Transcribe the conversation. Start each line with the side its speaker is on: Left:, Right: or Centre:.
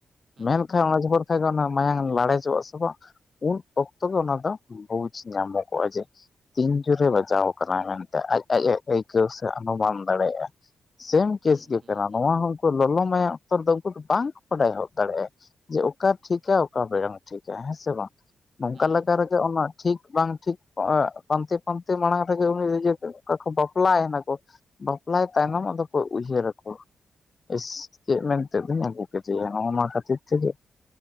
Right: ᱦᱩᱸ
Left: ᱢᱮᱱᱠᱷᱟᱱ
Right: ᱦᱩᱸ
Left: ᱚᱱᱟ ᱡᱚᱦᱚᱜ ᱨᱮᱠᱷᱟᱡ ᱫᱚ ᱚᱱᱟ ᱢᱟᱭᱟᱢ ᱞᱟᱲᱮᱡᱚᱜᱼᱟ ᱥᱮ ᱵᱟᱝ ᱩᱱ ᱚᱠᱛᱚ ᱜᱮ ᱚᱱᱟ ᱫᱚ ᱵᱩᱡᱽ ᱧᱟᱢᱚᱜᱚᱜᱼᱟ ᱡᱮ ᱛᱤᱱ ᱡᱳᱨᱮ ᱵᱟᱡᱟᱣ ᱟᱠᱟᱱᱟ ᱢᱮᱱᱛᱮ ᱟᱡ ᱟᱡ ᱮ ᱟᱹᱭᱠᱟᱹᱣ ᱥᱮ ᱚᱱᱩᱢᱟᱱ ᱫᱟᱲᱮᱭᱟᱜᱼᱟ ᱥᱮᱢ ᱠᱮᱥ
Right: ᱦᱩᱸ
Left: ᱜᱮ
Right: ᱦᱩᱸ ᱦᱩᱸ
Left: ᱠᱟᱱᱟ
Right: ᱦᱩᱸ
Left: ᱱᱚᱣᱟ ᱦᱚᱸ ᱩᱱᱠᱩ ᱞᱚᱞᱚ ᱢᱟᱭᱟᱢ ᱚᱠᱛᱚ ᱨᱮᱫᱚ ᱩᱱᱠᱩ ᱫᱚ ᱵᱟᱝᱠᱚ ᱵᱟᱰᱟᱭ ᱦᱚᱫ ᱫᱟᱲᱮᱭᱟᱜᱼᱟ ᱡᱮ ᱚᱠᱟ ᱴᱷᱤᱠᱟ ᱚᱠᱟ ᱵᱟᱝ ᱴᱷᱤᱠᱟ ᱦᱮᱸ ᱥᱮ ᱵᱟᱝ ᱱᱚᱝᱠᱟ
Right: ᱦᱩᱸ
Left: ᱞᱮᱠᱟ
Right: ᱦᱩᱸ
Left: ᱨᱮᱜᱮ ᱚᱱᱟ ᱴᱷᱤᱠ ᱵᱟᱝ ᱴᱷᱤᱠ <inaudible> ᱯᱟᱱᱛᱮ ᱯᱟᱱᱛᱮ ᱢᱟᱬᱟᱝ ᱨᱮᱜᱮ ᱩᱱᱤ <unintelligible> ᱵᱟᱯᱞᱟ ᱮᱱᱟ ᱠᱚ ᱵᱟᱯᱞᱟ ᱛᱟᱭᱱᱚᱢ ᱟᱫᱚᱠᱚ ᱩᱭᱦᱟᱹᱨᱟᱠᱚ ᱤᱥ, ᱪᱮᱫ ᱢᱮᱱᱛᱮ ᱫᱩᱧ ᱟᱹᱜᱩ ᱠᱮᱫᱮᱭᱟ ‌ᱚᱱᱟ‌ ᱠᱷᱟᱹᱛᱤᱨ ᱛᱮᱜᱮ